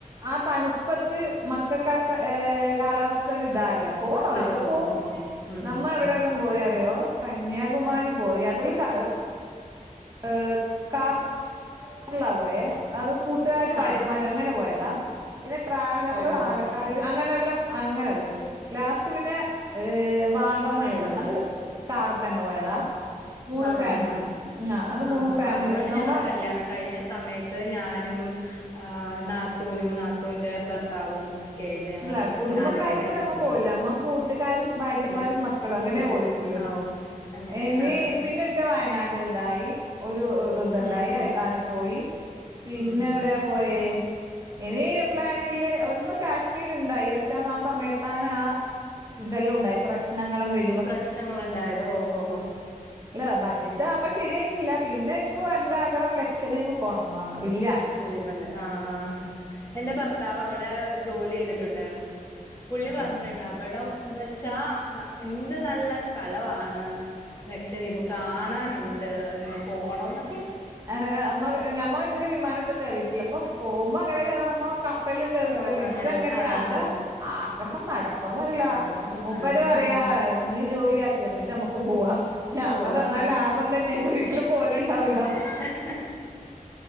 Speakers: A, on the right (about 25°); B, on the left (about 20°).
A: ആ തണ്പ്പത്ത് മക്കക്കാറ്റൊ ഏ കാലാവസ്ഥര്താകെ പോണോ ഒരിക്ക
B: ആഹ്
A: പോവും
B: ഓഹോ ഹോ ഉം
A: നമ്മ
B: ഉം
A: അവിടെല്ലൊ
B: ഉം
A: മ്പോയറിറോ കന്യാകുമാരി പോയി അതില് ക ഏ കാ
B: <inaudible>
A: ർലാ പോയെ അത് കൂട്ടുകും ഭാര്യമ്മാരും
B: ആഹ്
A: അങ്ങനെ പോയതാ പിന്നെ ട്രാവലറൽ
B: ഓഹോ
A: പാലാക്കാട്
B: ഹോ ഹോ
A: അങ്ങനെല്ലം അങ്ങനെ പോയി ലാസ്റ്റ് പിന്നെ ഏ വാഗമൺള്
B: ആഹ്
A: അത്
B: ആഹ്
A: കാറ്തന്നെ പോയതാ മൂന്ന്
B: വാഗമണ്
A: ഫാമിലി
B: ആഹ്
A: ഉം ആ അത്
B: ആഹ്
A: മൂന്ന് ഫേമലി
B: വാഗമണ്
A: നമ്മൊ
B: ഞങ്ങടെ കല്യാണം കഴിഞ്ഞ സമയത്ത് ഞാനും ഏ നാത്തൂനും നാത്തൂന്റെ ഭർത്താവും ഒക്കെ ആയിട്ട് ഞങ്ങള്
A: ല്ല കുടുംബക്കാരപ്പൊ
B: നാലു പേരായിട്ട്
A: നമ്മ
B: പോയി
A: പോവുല്ല നമ്മ കൂട്ടുകാരും ഭാര്യമാരും
B: ഇല്ല
A: ക്കളങ്ങനെ
B: കൂട്ടുകാര്
A: പോയിട്ടില്ലൂ
B: ആ ഓ അങ്ങനെ
A: എനി
B: ആഹ്
A: പിന്നൊരി ക്ക വയനാട്തായി ഒരു ഇതുണ്ടായി
B: ഉം ഉം
A: അവപട പോയി പിന്നവടയ.
B: ഉം ഉം
A: പോയി ഇനി പ്ലാനില്ല ഒന്ന് കാശ് കാശ്മീര് ഇണ്ടായി പക്ഷെ അന്നാ ആസമയത്താണ് ആഹ് ഇതെല്ലൊ ഉണ്ടായി പ്രശ്നങ്ങളും വെ
B: പ്രശ്നങ്ങള്ണ്ടായത് ഓഹോ ഹോ.
A: ല്ല ബഡജറ്റ് അപ്പൊ ശരിയായിട്ടില്ല പിന്നെ ഇപ്പൊ എന്താഗണം ലക്ഷദ്വീപ് പോണംന്നാണ് വലി
B: അക്ഷദ്വീപല്ലേ ആ ആ എന്റെ ഭർത്താവ് അവ ടെ ജോലി ചെയ്തിട്ട്ണ്ട് പുള്ളി
A: ആഹ്
B: പറഞ്ഞിട്ട്ണ്ട് അവിടം ന്നെച്ചാ ന എന്ത് നല്ല സ്ഥലവാണ് ലക്ഷദ്വീപ് കാണാനൊണ്ട് എന്ന് പോണൊന്നൊ
A: അന അമ്മ ഞമ്മ ഇതുവരെ വിമാനത്തൊക്കെ കേറിട്ടില്ല ഇപ്പം പോകുമ്പോ അങ്ങനെ കേറാമ്പോ കപ്പലിലും കേറിട്ട
B: ഓ
A: തിരിച്ചങ്ങനെ
B: അങ്ങനെ ആഹ്
A: ആതാ ആഗ്രഹം നടക്കൊന്നറില്ല
B: ആഗ്രഹം
A: മൂപ്പര്
B: ആഹ്
A: പറയാ
B: അതന്നെ
A: നീ ജോലിയാക് എന്നിട്ട് നമ്മക്ക് പോവാ ലാഭം
B: പോകാന്ന്
A: തന്നാ ലാഭം തന്നെയാ കിട്ടല് പോലെണ്ടാവൂല
B: <inaudible>